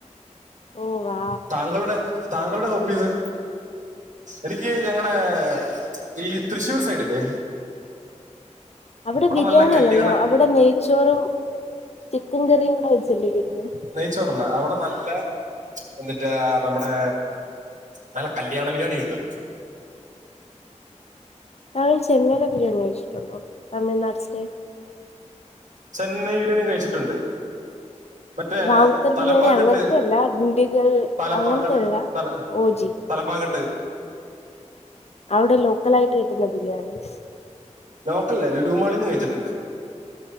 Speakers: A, on the left (about 55°); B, on the right (about 80°).
A: ഓ വാ
B: താങ്കളുടെ താങ്കളുടെ ഹോബീസ്. എനിക്ക് ഞങ്ങടെ ഈ തൃശ്ശൂർ സൈഡില്
A: അവിടെ ബിരിയാണി
B: നല്ല കല്യാണ
A: അല്ലല്ലോ, അവിടെ നെയ്ച്ചോറും ചിക്കൻ കറിയും കയ്ച്ചല്ലേ വരുന്നേ.
B: ചോറല്ല, അവട നല്ല എന്തിട്ടാ നമ്മുടേ നല്ല കല്ല്യാണ ബിരിയാണി കിട്ടും.
A: താങ്കൾ ചെന്നൈലെ ബിരിയാണി കഴിച്ചിട്ടുണ്ടോ? തമിഴ്നാട് സ്റ്റൈൽ?
B: ചെന്നൈ ബിരിയാണി കഴിച്ചിട്ട്ണ്ട്. മറ്റേ
A: റാവുത്തർ
B: തലപ്പാകെട്ട്,
A: ബിരിയാണി അങ്ങനത്തെ അല്ല ഡിണ്ടിഗൽ
B: തലപ്പാകെട്ട്.
A: അങ്ങനത്തെയല്ല
B: തല
A: ഓജി
B: തലപ്പ കെട്ട്
A: അവിടെ ലോക്കലായിട്ട് കിട്ടുന്ന ബിരിയാണിസ്
B: ലോക്കൽല്ല ലൂലുമാളീന്ന് കഴിച്ചിട്ട്ണ്ട്.